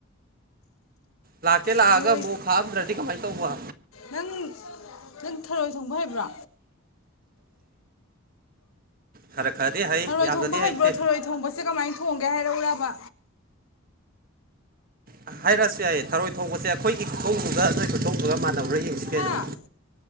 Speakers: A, on the right; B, on the left.
A: ꯂꯥꯛꯀꯦ ꯂꯥꯛꯑꯒ
B: ꯊꯔꯣꯏ
A: ꯑꯃꯨꯛ ꯈꯥꯛꯑꯝꯗ꯭ꯔꯗꯤ ꯀꯃꯥꯏ ꯇꯧꯕ
B: ꯅꯪ ꯅꯪ ꯊꯔꯣꯏ ꯊꯣꯡꯕ ꯍꯩꯕ꯭ꯔꯣ
A: ꯈꯔ ꯈꯔꯗꯤ ꯍꯩ
B: ꯊꯔꯣꯏ
A: ꯌꯥꯝꯅꯗꯤ
B: ꯊꯣꯡꯕ ꯍꯩꯕ꯭ꯔꯣ
A: ꯍꯩꯇꯦ
B: ꯊꯔꯣꯏ ꯊꯣꯡꯕꯁꯦ ꯀꯃꯥꯏ ꯊꯣꯡꯒꯦ ꯍꯥꯏꯔꯛꯎꯨꯔꯕ꯫
A: ꯑ ꯍꯥꯏꯔꯛꯑꯁꯨ ꯌꯥꯏꯌꯦ ꯊꯔꯣꯏ ꯊꯣꯡꯕꯁꯦ ꯑꯩꯈꯣꯏꯒꯤ ꯈꯨꯊꯣꯡꯗꯨꯒ ꯅꯣꯏ ꯈꯨꯊꯣꯡꯗꯨꯒ ꯃꯥꯟꯅꯕ꯭ꯔꯥ ꯌꯦꯡꯁꯤ ꯀꯩꯅꯣ꯫
B: ꯍꯥ